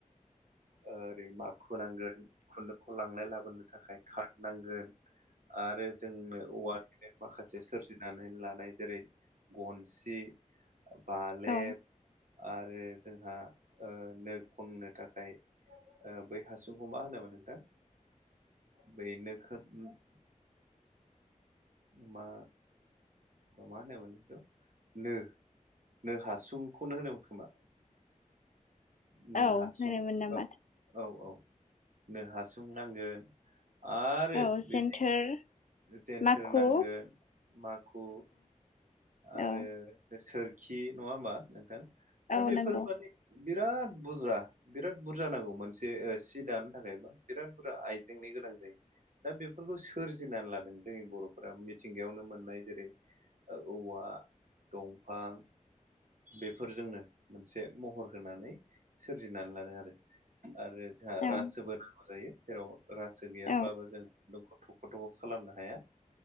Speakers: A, on the right (about 75°); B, on the left (about 70°).
A: ओरै माखु नांगोन खुन्दुंखौ लांनाय लाबोनो थाखाय थार्ड नांगोन आरो जोंनो औवा माखासे सोरजिनानै लानाय जेरै गनसि बालेब
B: औ ओ औ
A: आरो जोंहा नो खननो थाखाय बै हासुंखौ मा होनोमोन नोंथां बै नो <unintelligible> मा ओ मा होनोमोमोन बेखौ नो नों हासुंखौनो होनोमोन खोमा नो
B: होनोमोन
A: हासुं
B: नामा
A: औ औ औ नो हासुं नांगोन आरो
B: औ
A: बिदि
B: जेन्थोर
A: जेन्थोर
B: माखु
A: नांगोन माखु आरो
B: औ
A: सोरखि नङा होमबा नोंथां दा
B: औ
A: बेफोरबादि
B: नंगौ
A: बिराद बुज्रा बिराद बुरजा नांगौ मोनसे सि दानो थाखायबा बिराद बुरजा आइजेंनि गोनां जायो दा बेफोरखौ सोरजिनानै लादों जोंनि बर'फोरा मिथिंगायावनो मोननाय जेरै औवा दंफां बेफोरजोंनो मोनसे महर होनानै सोरजिनानै लादों आरो आरो जोंहा
B: औ
A: रासोबो नांगौ जायो जेराव रासो गैयाब्लाबो
B: औ
A: जों दंख' थख' थख' खालामनो हाया